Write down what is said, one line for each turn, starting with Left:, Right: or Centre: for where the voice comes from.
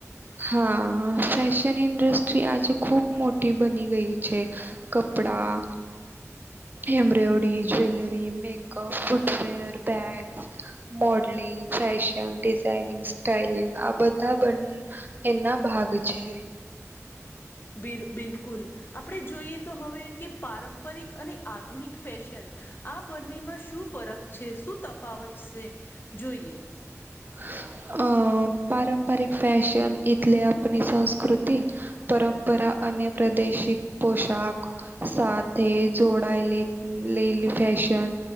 Right: હા ફેશન ઇન્ડસ્ટ્રી આજે ખૂબ મોટી બની ગઈ છે. કપડા embroidery, jewellery, makeup, footwear, bags modelling fashion designing styling આ બધા એના ભાગ છે.
Left: બિ બિલકુલ આપણે જોઈએ તો હવે કે પારંપરિક અને આધુનિક ફેશન આ બંનીમાં શું ફરક છે શું તફાવત છે જોઈએ.
Right: <inaudible> અ પારંપરિક ફેશન એટલે આપણી સંસ્કૃતિ પરંપરા અને પ્રાદેશિક પોશાક સાથે જોડાયેલી. લેલી ફેશન